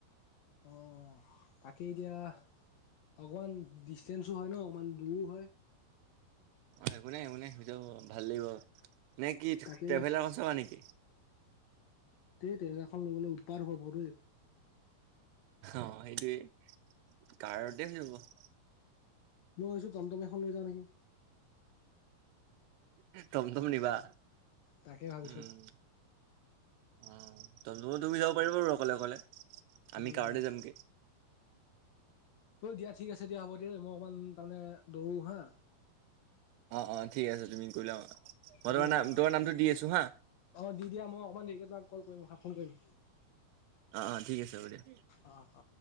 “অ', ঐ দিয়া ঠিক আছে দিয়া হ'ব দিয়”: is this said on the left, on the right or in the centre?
Left